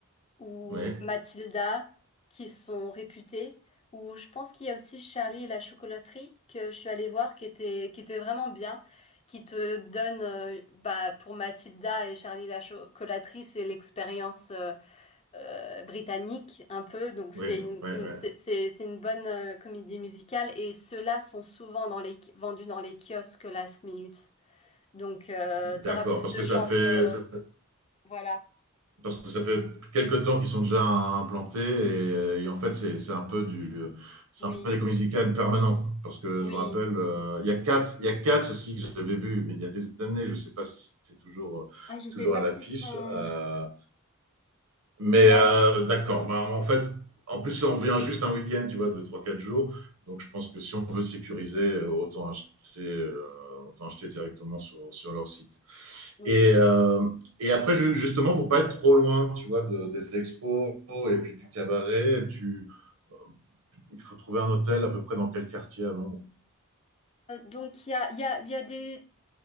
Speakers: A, on the left; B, on the right.
A: ou
B: oui.
A: Matilda qui sont réputées, ou je pense qu'il y a aussi Charlie et la chocolaterie que je suis allée voir qui était, qui était vraiment bien, qui te donne, euh, bah, pour Matilda et Charlie et la chocolaterie, c'est l'expérience. euh, euh, britannique un peu, donc c'est
B: Oui,
A: une,
B: oui,
A: une-
B: oui.
A: c'est c'est- c'est une bonne euh, comédie musicale et ceux-là sont souvent dans les, vendus dans les kiosques last minute. Donc euh,
B: D'accord,
A: t'auras plus
B: parce
A: de
B: que
A: chances.
B: ça fait,
A: euh,
B: ça-
A: voilà,
B: parce que ça fait quelques temps qu'ils sont déjà implantés et, et en fait c'est c'est un peu du, c'est
A: oui,
B: un peu des comédies musicales permanentes. Parce que
A: oui.
B: je me rappelle, euh, il y a quatre il y a quatre aussi que j'avais vu, mais il y a des années, je sais pas si c'est toujours,
A: Ah, je
B: toujours
A: sais pas
B: à l'affiche.
A: s'ils sont.
B: Euh, mais
A: Non,
B: euh, d'accord, bah, en fait, en plus, on vient juste un week-end, tu vois, de trois quatre jours. Donc, je pense que si on veut sécuriser, euh, autant acheter, euh, autant acheter directement sur, sur leur site.
A: oui.
B: Et, euh, et après, justement, pour pas être trop loin, tu vois, de- des expos et puis du cabaret, tu, euh, il faut trouver un hôtel à peu près dans quel quartier à Londres.
A: Euh, donc il y a, il y a, il y a des.